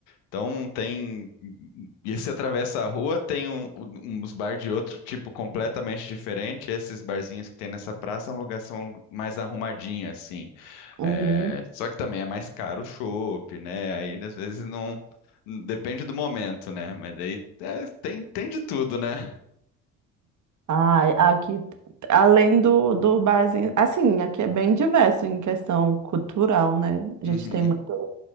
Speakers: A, on the left; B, on the right.
A: Então tem. E se atravessa a rua, tem um- um- uns bar de outro tipo completamente diferente. Esses barzinhos que tem nessa praça é um lugar são mais arrumadinho, assim.
B: Uhum.
A: É, Só que também é mais caro o chopp, né? Aí às vezes não. Depende do momento, né? Mas daí é, tem, tem de tudo, né?
B: Ah, aqui, além do, do barzinho, assim, aqui é bem diverso em questão cultural, né? A
A: Uhum.
B: gente tem muito